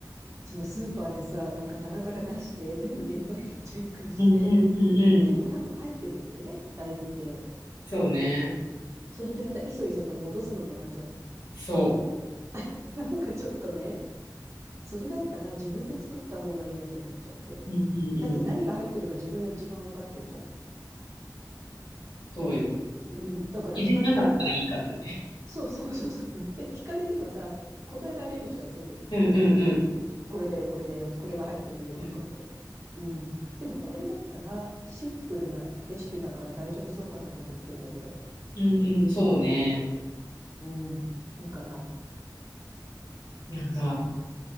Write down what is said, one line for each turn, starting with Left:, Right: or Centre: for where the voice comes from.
Right: そんなスーパーでさ、なんか棚から出して、<laughs> 全部原材料チェックして。
Left: うん、うん、うん。うん
Right: でも多分入ってるんだよね、大豆系。
Left: そうね。
Right: それでまたいそいそと戻すのもなんじゃない
Left: そ
Right: <laughs> なんかちょっとね。それだったら自分で作った方がいいやと思っちゃって。
Left: う。うん、うん、
Right: だって何が入ってるか自分が一番わかってるじゃん。
Left: うん。そうよ。
Right: うん。だから聞かれても、
Left: 入れてなかったらいいからね。
Right: そうそうそうそう。で、聞かれてもさ、答えられるじゃん、すぐ。
Left: うん、うん、うん。
Right: これだよ、これだよって、これが入ってるよとかって。
Left: うん、
Right: うん。でもこれだったらシンプルなレシピだから大丈夫そうかなと思ってんだけど。
Left: うん、うんそうね。
Right: うん。いいかな。
Left: なんか、
Right: そ